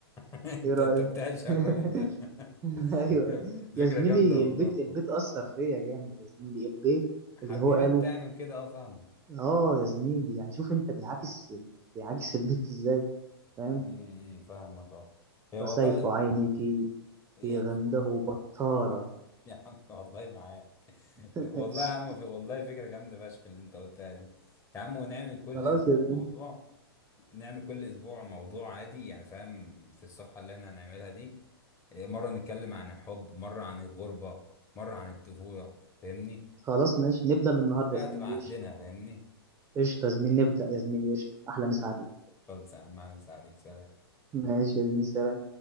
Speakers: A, on the left; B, on the right.
A: <laughs> انت
B: ايه رايك
A: انت بتعشق
B: <laughs>
A: الراجل ده
B: ايوه
A: <laughs> فكرة
B: يا زميلي
A: جامدة والله
B: البيت البيت اثر فيا جامد يا زميلي البيت
A: حبيبي
B: اللي هو قاله
A: انت يعني وكده اه فاهمك
B: اه يا زميلي يعني شوف انت بيعكس بيعكس البيت ازاي فاهم
A: امم فاهمك اه هي
B: وسيف
A: والله
B: عينك
A: هي-
B: في غمده
A: <laughs>
B: بطارة
A: يا عم والله معاك
B: <laughs>
A: والله
B: ماشي.
A: يا عم ف- والله فكرة جامدة فشخ اللي انت قلتها دي يا عم ونعمل كل
B: خلاص
A: اسبوع
B: يا زميلي
A: موضوع نعمل كل اسبوع موضوع عادي يعني فاهم في الصفحة اللي احنا هنعملها دي اه، مرة نتكلم عن الحب مرة عن الغربة مرة عن الطفولة فاهمني
B: خلاص ماشي نبدأ من
A: والناس
B: النهارده
A: بقى
B: يا زميلي
A: تبعت
B: قشطة
A: لنا فاهمني
B: قشطة يا زميلي نبدأ يا زميلي قشطة أحلى مسا عليك
A: خلص يا عم أهلا وسهلا عليك سلام
B: ماشي يا زميلي سلام